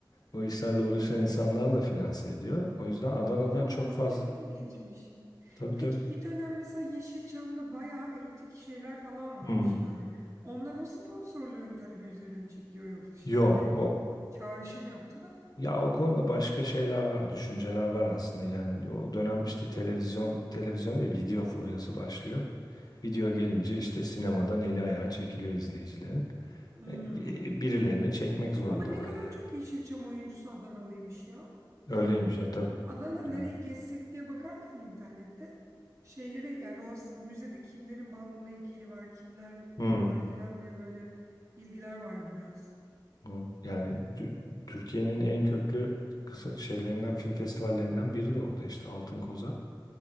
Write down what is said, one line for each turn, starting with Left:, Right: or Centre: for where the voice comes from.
Left: O işlerle uğraşan insanlar da finanse ediyor. O yüzden Adana'dan
Right: Allah
Left: çok
Right: Allah
Left: fazla.
Right: çok ilginçmiş.
Left: Tabii
Right: Peki
Left: tabii.
Right: bir dönem mesela Yeşilçam'da bayağı erotik şeyler falan varmış
Left: Hmm.
Right: yani. Onlar o sponsorların talebi üzerine mi çekiliyor yoksa şimdi
Left: Yok
Right: hadi
Left: o
Right: çağrışım yaptı da.
Left: ya o konuda başka şeyler var, düşünceler var aslında. Yani o dönem işte televizyon, televizyon değil, video furyası başlıyor. Video gelince işte sinemadan eli ayağı çekiliyor izleyicilerin.
Right: Hmm.
Left: E, e, Birilerini çekmek zorundalar
Right: Ama ne kadar
Left: yani.
Right: çok Yeşilçam oyuncusu Adanalıymış ya.
Left: Öyleymiş ya tabii.
Right: Adana'da nereyi
Left: Yani
Right: gezsek diye bakarken internette şeyleri yani o s- müzede kimlerin Balmumu heykeli var, kimler
Left: hmm.
Right: var filan diye böyle bilgiler vardı biraz.
Left: Doğru. Yani Tü- Türkiye'nin en köklü kısa şeylerinden, film festivallerinden biri de orada işte Altın Koza